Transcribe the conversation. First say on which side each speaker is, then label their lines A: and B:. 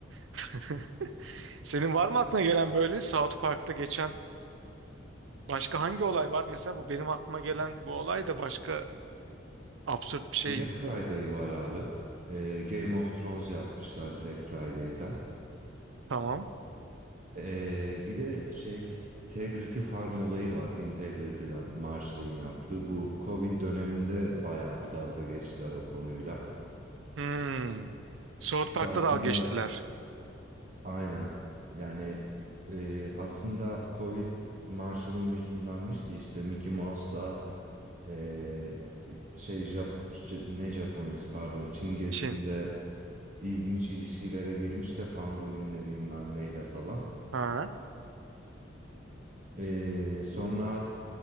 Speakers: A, on the right; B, on the right.
A: <laughs> Senin var mı aklına gelen böyle South Park'ta geçen başka hangi olay var? Mesela bu benim aklıma gelen bu olay da başka absürt bir şey.
B: Black Friday var abi. Ee, Game of Thrones yapmışlar Black Friday'den.
A: Tamam.
B: Ee, bir de şey Integrity Farm olayı var. Integrity'den Marshall'ın yaptığı. Bu Covid döneminde bayağı bir dalga geçtiler o konuyla.
A: Hmm. South
B: İşte
A: Park'ta
B: aslında
A: dalga geçtiler.
B: Aynen. Yani e, aslında Covid Marshall'ın yüzündenmiş de işte Mickey Mouse'la e, şey Jap ne Japonya'sı pardon Çin gezisinde
A: Çin.
B: ilginç ilişkilere girmiş de Pangolin'le bilmem neyle falan.
A: Ha.
B: E, sonra